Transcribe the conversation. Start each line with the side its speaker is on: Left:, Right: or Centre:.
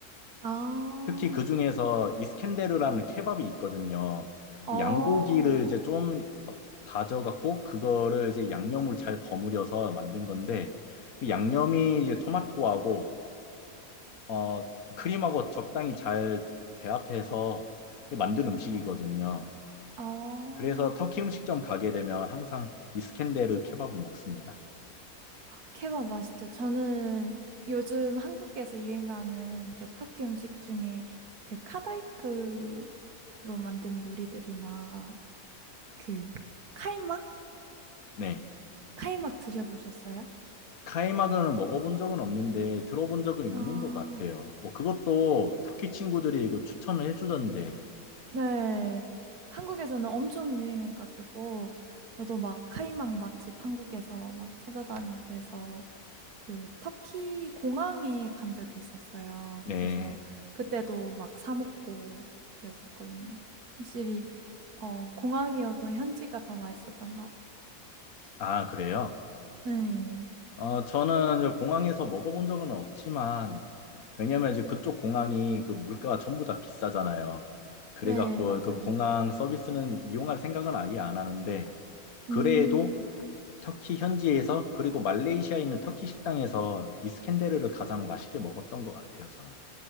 Right: 아,
Left: 특히 그 중에서 이스켄데르라는 케밥이 있거든요.
Right: 어,
Left: 그 양고기를 이제 좀 어, 다져갖고 그거를 이제 양념으로 잘 버무려서 만든 건데 그 양념이 이제 토마토하고 어, 크림하고 적당히 잘 배합해서 만든 음식이거든요.
Right: 어.
Left: 그래서 터키 음식점 가게 되면 항상 이스켄데르 케밥을 먹습니다.
Right: 케밥 맛있죠. 저는 요즘 한국에서 유행하는 그 터키 음식 중에 그 카다이프로 만든 요리들이나 그 카이막?
Left: 네.
Right: 카이막 드셔보셨어요?
Left: 카이막은 먹어본 적은 없는데 들어본 적은 있는
Right: 아,
Left: 것 같아요. 뭐 그것도 터키 친구들이 이거 추천을 해주던데.
Right: 네. 한국에서는 엄청 유행해가지고 저도 막 카이막 맛집 한국에서 막 찾아다니고 해서 그 터키 공항에 간 적이 있었어요.
Left: 네.
Right: 그래서 그때도 막 사 먹고 그랬었거든요. 확실히 어 공항이어도 현지가 더 맛있었던 것 같아요.
Left: 아, 그래요?
Right: 네,
Left: 어, 저는 이제 공항에서 먹어본 적은 없지만 왜냐면 이제 그쪽 공항이 그 물가가 전부 다 비싸잖아요. 그래갖고
Right: 네 맞아요.
Left: 그 공항 서비스는 이용할 생각은 아예 안 하는데 그래도
Right: 음,
Left: 터키 현지에서 그리고 말레이시아에 있는 터키 식당에서 이스켄데르를 가장 맛있게 먹었던 것 같아요, 저는.